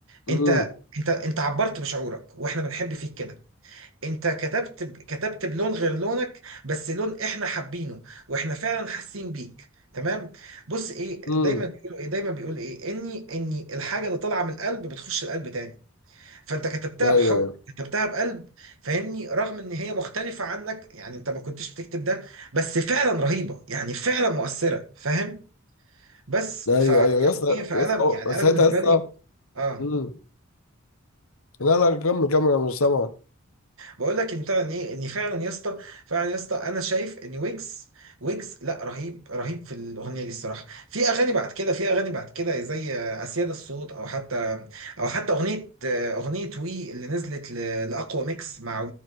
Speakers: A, on the left; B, on the right.
A: امم
B: انت انت انت عبرت بشعورك واحنا بنحب فيك كده انت كتبت ب- كتبت بلون غير لونك بس لون احنا حابينه واحنا فعلا حاسين بيك تمام بص ايه
A: امم
B: دايما بيقولوا ايه دايما بيقول ايه اني اني الحاجه اللي طالعه من القلب بتخش القلب تاني فانت كتبتها
A: ايوه
B: بحب
A: ايوه
B: كتبتها بقلب فاهمني رغم ان هي مختلفه عنك يعني انت ما كنتش بتكتب ده بس فعلا رهيبه يعني فعلا مؤثره فاهم بس
A: ايوه
B: ف يعني
A: ايوه يا اسطى
B: ايه فانا
A: يا اسطى هو-
B: يعني
A: ساعتها
B: انا بالنسبه
A: يا اسطى
B: لي اه
A: مم. لا لا كمل كمل انا مش سامع
B: بقول لك ان فعلا ايه ان فعلا يا اسطى فعلا يا اسطى انا شايف ان ويجز ويجز لا رهيب رهيب في الاغنيه دي الصراحه في اغاني بعد كده في اغاني بعد كده زي اسياد الصوت او حتى او حتى اغنيه اغنيه وي اللي نزلت ل- لاقوى ميكس مع